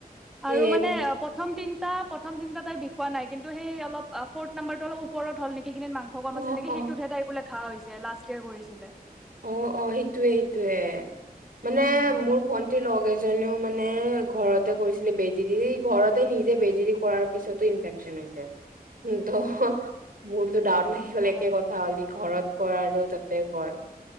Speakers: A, on the right; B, in the centre.
A: সেয়ে
B: আৰু মানে
A: মোক
B: প্ৰথম তিন। প্ৰথম তিনিটা তাইৰ বিষোৱা নাই কিন্তু সেই অলপ ফৰ্থ নাম্বাৰটো অলপ ওপৰত হ'ল নেকি। সেইখিনিত মাংস কম
A: অ
B: আছিলে নেকি
A: অ
B: সেইটোত হে তাই বোলে। ঘাঁ হৈছে লাষ্ট ইয়েৰ কৰিছিলে।
A: অ অ সেইটোৱে সেইটোৱে মানে
B: উম
A: মোৰ ভন্টিৰ লগ এজনী। জনেও মানে ঘৰতে কৰিছিলে বেজি দি ঘৰতে নিজে বেজি দি কৰাৰ পিছতো ইনফেকচন হৈছে। ত মোৰতো ডৰ লাগি গল একে
B: অ
A: কথা হ'লি ঘৰত। ক'ৰ আৰু তাতে ক'ৰ।